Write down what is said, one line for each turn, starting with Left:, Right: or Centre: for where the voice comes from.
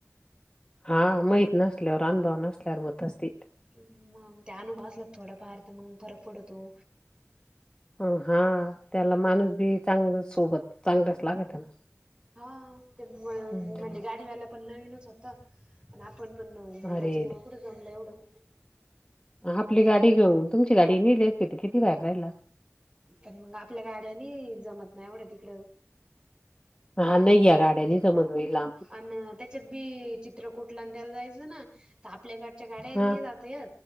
Left: हा माहित नसल्यावर अनुभव नसल्यावर होतच ते.
Right: मग त्या अनुभव असला का थोडा फार तर मग फरक पडतो.
Left: ह हा त्याला माणूस बी चांगलं सोबत चांगल्याच लागत ना.
Right: <unintelligible> म्हणजे
Left: हम्म.
Right: गाडीवाला पण नवीनच होता आणि आपण पण नन मग
Left: अरे
Right: त्याच्यामुळ कुठं जमलं एवढं.
Left: आपली गाडी घेऊन तुमची गाडी नेलीच तिथे किती भारी राहिल.
Right: आणि मग आपल्या गाड्यानी जमत नाही एवढं तिकडं.
Left: हा नाही या गाड्यानी जमत बाई लाब.
Right: अन त्याच्यात बी चित्रकूटला द्यायला जायचं ना तर आपल्या घडच्या गाड्या
Left: हा
Right: नाही जात य